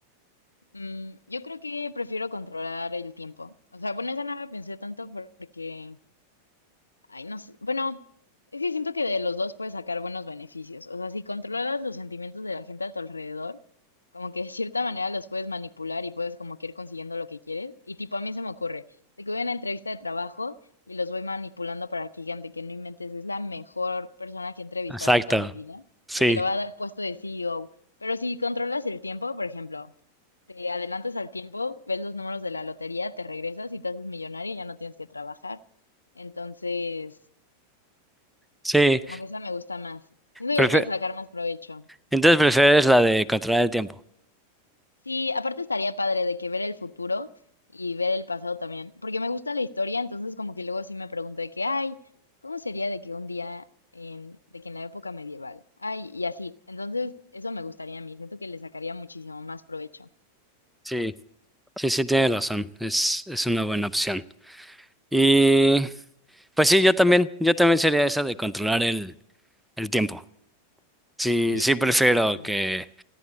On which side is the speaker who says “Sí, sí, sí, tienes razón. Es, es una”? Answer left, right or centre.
Centre